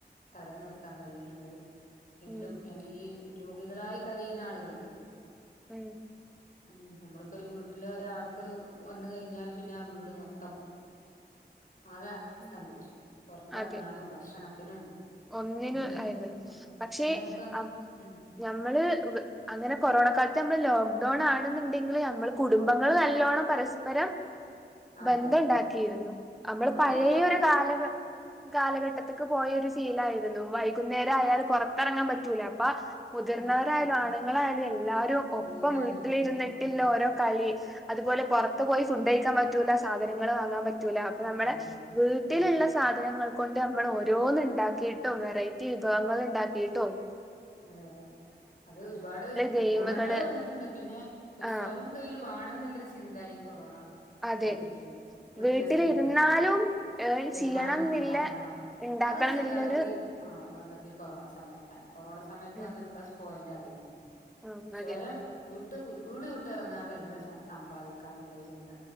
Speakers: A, on the left; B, in the centre.
A: തടഞ്ഞു നിർത്താൻ കഴിയുന്നുണ്ട്. എങ്കിലും
B: ഉം
A: ഈ രോഗികളായി കഴിയുന്ന ആളുകൾക്ക്
B: ഉം
A: ഉ നമ്മളിപ്പോ ഒരു വീട്ടില് ഒരാൾക്ക് വന്ന കഴി ഞ്ഞല് പിന്നെ ആ വീട് മൊത്തം ആകെ-
B: ഉം
A: സ്തംഭിച്ചു പുറത്തിറങ്ങാനും
B: അതെ
A: ഭക്ഷണത്തിനും
B: ഒന്നിന്
A: ഒന്നിനും
B: ആയിര്ന്ന
A: ആ
B: പക്ഷെഅപ്പ്
A: പിന്നെ നമുക്ക് ഉം
B: ഞമ്മള് അങ്ങനെ കൊറോണ കാലത്ത് നമ്മള് ലോക്ക്ഡൌൺ ആണെന്നുണ്ടെങ്കില് നമ്മൾ കുടുംബങ്ങള് നല്ലോണ്ണം പരസ്പരം
A: ആ
B: ബന്ധണ്ടാക്കിയിരുന്നു
A: അതെ അതെ അതെ
B: നമ്മള്
A: ആ അതൊരു
B: പഴയൊരു
A: അത്
B: കാലഘ- കാലഘട്ടത്തൊക്ക പോയൊരു ഷീ ലയിരുന്നു വൈകുന്നേരം അയാല് പുറത്തിറങ്ങാൻ പറ്റൂല അപ്പൊ മുതിർന്നവരായാലും
A: ആ ആ
B: ആണുങ്ങളായാലും എല്ലാരും ഒപ്പം
A: എല്ലാരും
B: വീട്ടിലിരുന്നിട്ടില്ല
A: വീട്ടില് ആ
B: ഓരോ കളി അതുപോലെ പുറത്ത് പോയി ഫുഡ്ഴിക്കാൻ പറ്റൂല സാധനങ്ങൾ വാങ്ങാൻ പറ്റൂല. നമ്മുടെ
A: ആ അതെ അതെ
B: വീട്ടിലുള്ള
A: ആ
B: സാധനങ്ങൾ കൊണ്ട് നമ്മൾ ഓരോന്ന് ഉണ്ടാ ക്കിട്ടും വെറൈറ്റി വിഭവങ്ങൾ ഉണ്ടാക്കിയിട്ടും
A: അതെ അതെ അത് ഒരുപാട്
B: ഗെയിമുകള്
A: ഗുണങ്ങൾ വന്നിട്ടുണ്ട് പിന്നെ ഒരു
B: ആഹ്
A: സ്വയം തൊഴിൽ വേണം ന്നല്ലൊരു ചിന്ത ഈ കൊറോണ
B: അതെ
A: വരുത്തിയിട്ടുണ്ട് വീട്ടിലെ
B: വീട്ടിലിരുന്നാലും
A: സ്ത്രീകൾക്ക്
B: ഏൺ
A: വരുമാനം
B: ചെയ്യണം എന്നില്ല
A: ഉണ്ടാക്കണം.
B: ഇണ്ടാക്കണം
A: ആ ഒരു ചിന്താഗതി
B: എന്നുള്ളൊരു
A: ആ വന്നത് ഈ കൊറോണ സമയത്താണ് കൊറോണ സമയത്ത്
B: ഉം
A: വന്നൊരു പ്ലസ് പോയിന്റ് അതന്നെയാണ്
B: ഉം
A: സ്വയം
B: അതെ
A: വീട്ട് വീട് വിട്ടറങ്ങാതെ എങ്ങനെ സമ്പാദിക്കാന്നുള്ള ഒരു ചിന്ത